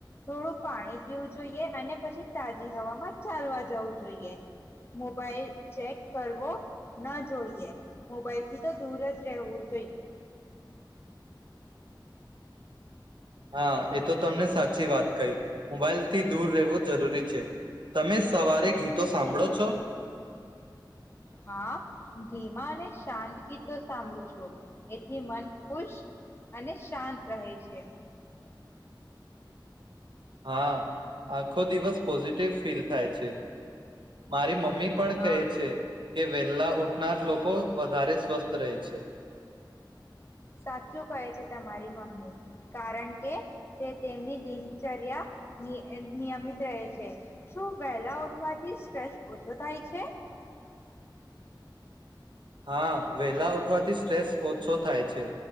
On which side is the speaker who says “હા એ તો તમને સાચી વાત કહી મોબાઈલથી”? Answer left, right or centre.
Right